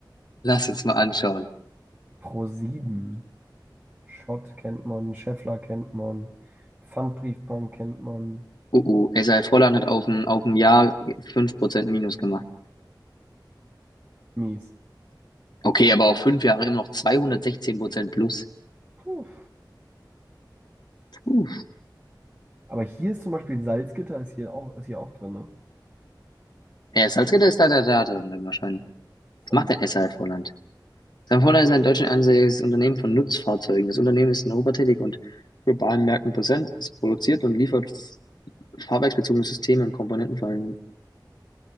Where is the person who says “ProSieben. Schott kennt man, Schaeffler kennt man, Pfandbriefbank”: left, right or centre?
Right